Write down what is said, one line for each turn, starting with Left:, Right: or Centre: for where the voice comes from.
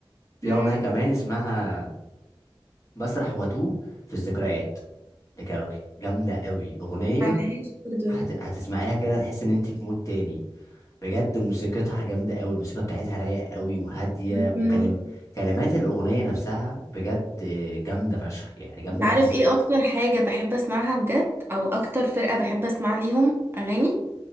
Left: في
Right: امم
Left: اغنيه كمان
Right: ما
Left: اسمها مسرح واتوه في الذكريات لكاروكي جامده قوي اغنيه
Right: سمعتهاش برضه يعني.
Left: هت... هتسمعيها كده تحس ان انت في مود تاني بجد موسيقتها جامده قوي الموسيقى بتاعتها رايقه قوي وهاديه
Right: مم.
Left: وكلم كلمات الاغنيه نفسها بجد جامده فشخ يعني جامده
Right: انت عارف
Left: اخر حاجه
Right: ايه اكتر حاجه بحب اسمعها بجد او اكتر فرقه بحب اسمع ليهم اغاني